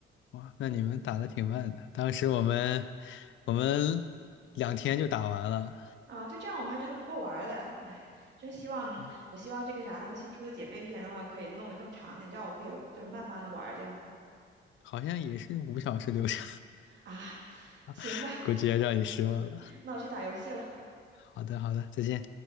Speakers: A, on the left; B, on the right.
A: 哇，那你们打的挺慢的。当时我们我们两天就打完了，
B: 啊，就这样我们还觉得不够玩儿了，哎，真希望我希望这个啥，
A: 哎，
B: 他们新出的姐妹篇的话，可以弄得更长点，这样我可以就是慢慢的玩儿这样子
A: 好像也是五小时流程，
B: 啊，行吧，
A: <laughs> 估计要让你失望了。
B: 那我去打游戏了。
A: 好的，好的，再见。